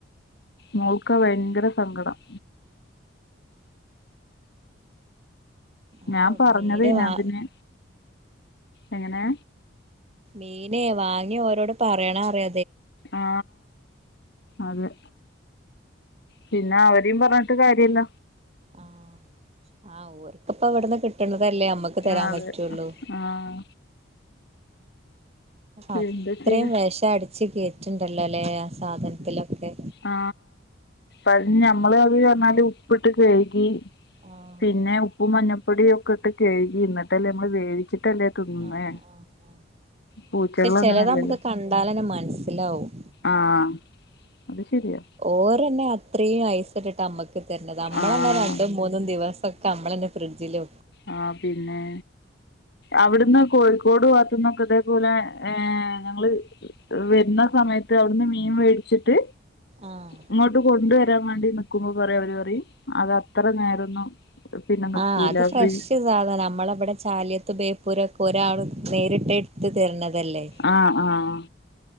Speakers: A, on the left; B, on the right.
A: മോൾക്കാ ഭയങ്കര സങ്കടം
B: അത്
A: ഞാൻ പറഞ്ഞത്
B: മീന്
A: പിന്നെ
B: വാ
A: അതിന് എങ്ങനെ
B: <unintelligible> വാങ്ങി ഓരോട് പറയണ അറി
A: ആ അതെ പിന്നെ അവരിം പർഞ്ഞിട്ട് കാര്യല്ല
B: ആഹ് ആഹ് ഓർക്കപ്പ എവിടുന്ന് കിട്ടണതല്ലേ അമ്മക്ക് തരാൻ
A: ആഹ് അതെ
B: പറ്റുള്ളു
A: ആഹ്
B: അത്രിം
A: എന്താ ചെയ്യാ
B: വെഷം അടിച്ച് കേറ്റിണ്ടല്ലോല്ലേ ആ സാധനത്തിലൊക്കെ
A: ആ അ ഞമ്മള് അത് പറഞ്ഞാല് ഉപ്പിട്ട് കഴുകി
B: ആഹ്
A: പിന്നെ ഉപ്പും മഞ്ഞ പ്പൊടിം ഒക്കെ ഇട്ട് കഴുകി ഇന്നിട്ടല്ലേ നമ്മൾ വേവിച്ചിട്ടല്ലേ തിന്നുന്നേ
B: ആഹ് ആഹ്
A: പൂച്ചകൾ
B: പക്ഷെ ചെലത്
A: അങ്ങനെയല്ലല്ലോ
B: നമുക്ക് കണ്ടാലന്നെ മനസ്സിലാവും
A: ആഹ് അത് ശരിയാ
B: ഓരന്നെ അത്രയും ആയസ ഇട്ടിട്ട് അമ്മക്ക് തരണത് നമ്മളന്നെ
A: ആഹ്
B: രണ്ടും മൂന്നും ദിവസം കമ്മളന്ന ഫ്രഡ്ജില്
A: ആ പിന്നെ അവിടുന്ന് കോഴിക്കോട് നക്ക അതേപോലെ ഞങ്ങള് വരുന്ന സമയത്ത് അവിടുന്ന് മീൻ മേടിച്ചിട്ട്
B: ആഹ്
A: ഇങ്ങോട്ട് കൊണ്ടുവരാൻ വേണ്ടി നിക്കുമ്പോ പറയാ അവര് പറയും അത അത്ര നേരൊന്ന പിന്നെ നിക്കൂല
B: ആഹ് അത് ഫ്രഷ്
A: ഫ്രീ
B: സാധനം നമ്മളവിടെ ചാലിയത്ത് ബേപ്പൂരമൊക്കെ ഒരാൾ നേരിട്ട് എടുത്ത് തരത്
A: ആഹ് ആഹ്